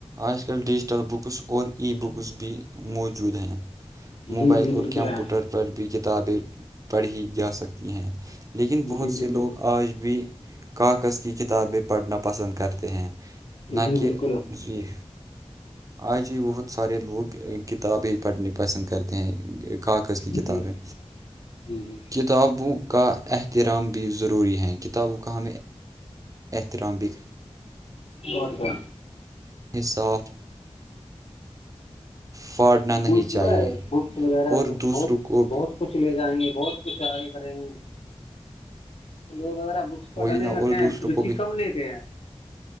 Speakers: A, on the right (about 30°); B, on the left (about 60°).
A: آج کل ڈیجیٹل بکس اور ای بکس بھی موجود ہیں موبائل
B: جی جی
A: اور
B: بالکل
A: کمپیوٹر
B: ہے
A: پر بھی کتابیں پڑھی جا سکتی ہیں لیکن بہت
B: جی
A: سے
B: بالکل
A: لوگ آج بھی کاغذ کی کتابیں پڑھنا پسند کرتے ہیں
B: جی
A: نہ کہ
B: بالکل
A: یہ آج ہھی بہت سارے لوگ کتابیں پڑھنی پسند کرتے ہیں کاغذ کی
B: جی
A: کتابیں
B: جی جی
A: کتابوں کا احترام بھی ضروری ہے کتابوں کا ہمیں احترام بھیک
B: اور کیا
A: صاف پھاڑنا نہیں
B: کوئی
A: چاہیے
B: تو ہے بکس وغیرہ
A: اور
B: تو
A: دوسروں
B: بہت
A: کو
B: بہت
A: بھی
B: کچھ لے جائیں گے بہت کچھ آگے کریں گے لوگ ایرا بکس پڑھنے
A: وہی نہ اور
B: میں کہ
A: دوسروں
B: رچی
A: کو بھی
B: کم لیتے ہیں